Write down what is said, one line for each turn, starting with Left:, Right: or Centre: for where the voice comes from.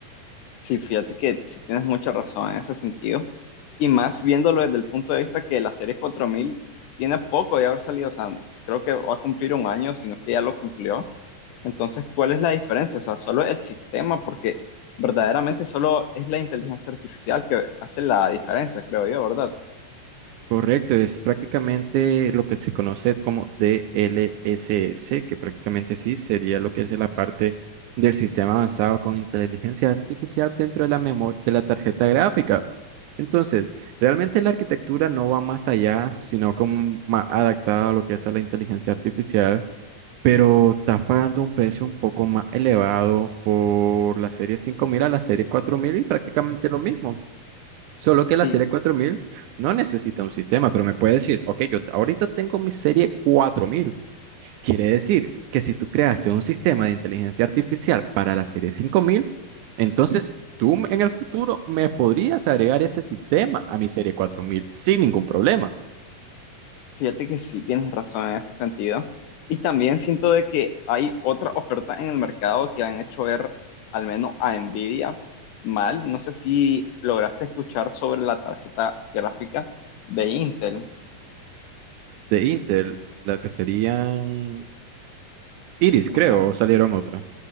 Left: Sí, fíjate que sí tienes mucha razón en ese sentido. Y más viéndolo desde el punto de vista que la serie 4000 tiene poco de haber salido. O sea, creo que va a cumplir un año, si no es que ya lo cumplió. Entonces, ¿cuál es la diferencia? O sea, solo el sistema, porque verdaderamente solo es la inteligencia artificial que hace la diferencia, creo yo, ¿verdad?
Right: Correcto, es prácticamente lo que se conoce como DLSS, que prácticamente sí sería lo que es la parte del sistema avanzado con inteligencia artificial dentro de la memoria de la tarjeta gráfica. Entonces, realmente la arquitectura no va más allá, sino como más adaptada a lo que es a la inteligencia artificial, pero estás pagando un precio un poco más elevado por la serie 5000 a la serie 4000 y prácticamente lo mismo. Solo que
Left: Sí,
Right: la serie 4000 no necesita un sistema, pero me puede decir, ok, yo ahorita tengo mi serie 4000. Quiere decir que si tú creaste un sistema de inteligencia artificial para la serie 5000, entonces tú en el futuro me podrías agregar ese sistema a mi serie 4000 sin ningún problema.
Left: Fíjate que sí tienes razón en ese sentido. Y también siento de que hay otras ofertas en el mercado que han hecho ver al menos a Nvidia mal. No sé si lograste escuchar sobre la tarjeta gráfica de Intel.
Right: De Intel, la que serían Iris, creo,
Left: Ajá.
Right: o salieron otra.